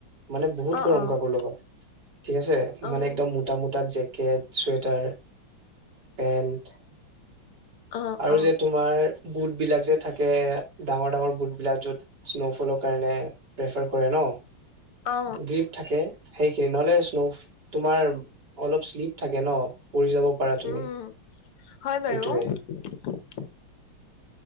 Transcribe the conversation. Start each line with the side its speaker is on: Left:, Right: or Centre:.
Right: মানে বহুত
Left: অ',
Right: গৰম
Left: অ',
Right: কাপোৰ ল'বা ঠিক আছে।
Left: অ',
Right: মানে একদম মোটা মোটা জেক কেট চুৱেটাৰ। পেণ্ট।
Left: অ',
Right: আৰু
Left: অ', অ',
Right: যে তোমাৰ বুটবিলাক যে থাকে ডাঙৰ ডাঙৰ বুট। বিলাক য'ত স্ন'ফলৰ কাৰণে প্ৰেফাৰ কৰে ন।
Left: অ
Right: গ্ৰীপ থাকে সেইখিনি। নহ'লে স্নো তোমাৰ অলপ শ্লিপ থাকে ন পৰি যাব পাৰা তুমি।
Left: উম, হয়, বাৰু।
Right: সেইটোয়ে
Left: <inaudible>